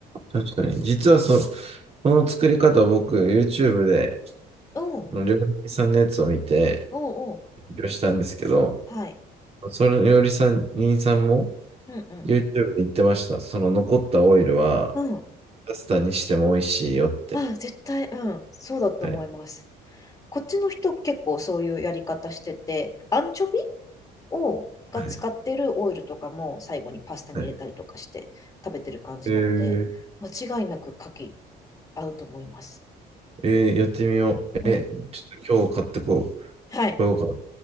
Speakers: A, on the right (about 35°); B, on the left (about 20°).
A: 確かに。実はそ、この作り方僕、YouTube で、
B: うん、う
A: あの料理人さんのやつを見て、
B: ん、うん。
A: 勉強したんですけど、
B: はい。
A: そのよりさん、りさんも
B: うん、
A: YouTube で言ってました。その残ったオイルは
B: うん。うん。
A: パスタにしても美味しいよって。
B: あ、絶対、うん。そうだと思います。
A: はい。
B: こっちの人結構そういうやり方してて、アンチョビを、が使ってるオイルとかも最後にパスタに入れたりとかして食べてる感じなので、
A: はい。はいえー、
B: 間違いなく牡蠣合うと思います。
A: えーやってみよう。
B: うん。
A: え、ちょっと今日買ってこう。
B: はい。
A: こようか。